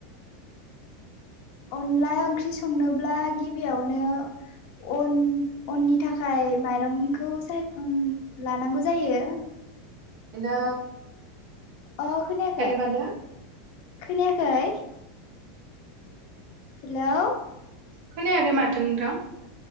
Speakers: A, on the left; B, on the right.
A: अनला ओंख्रि संनोब्ला गिबियावनो अन अननि थाखाय माइरंखौ साय लानांगौ जायो।
B: बिना
A: अ खोनायाखै
B: माथो
A: खोनायाखै हेलौ।
B: खोनायाखै माथो नोंथां